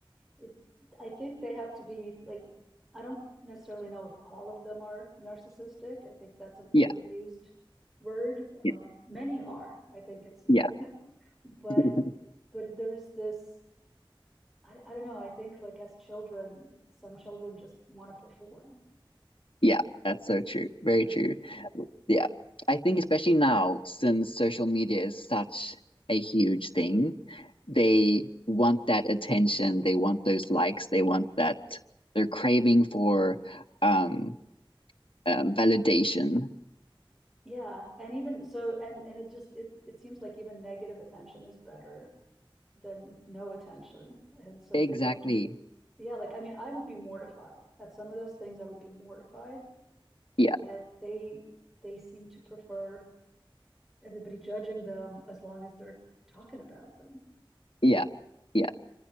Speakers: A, in the centre; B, on the left.
A: it, I think they have to be like, I don't necessarily know if all of them are narcissistic. I think that's an overused
B: Yeah.
A: word. Uh,
B: Yeah.
A: many are. I think it's,
B: Yeah.
A: <laughs> but
B: <laughs>
A: but there's this. I, I don't know. I think like as children, some children just want to perform.
B: Yeah,
A: Like
B: that's so true. Very
A: and
B: true. Yeah. I think especially now, since social media is such a huge thing, they want that attention they want those likes they want that they're craving for um, um validation
A: yeah, and even so, and and it just it it seems like even negative attention is better than no attention. And so
B: exactly
A: they don't, yeah, like, I mean, I would be mortified at some of those things. I would be mortified,
B: yeah
A: but they, they seem to prefer everybody judging them as long as they're talking about them.
B: yeah yeah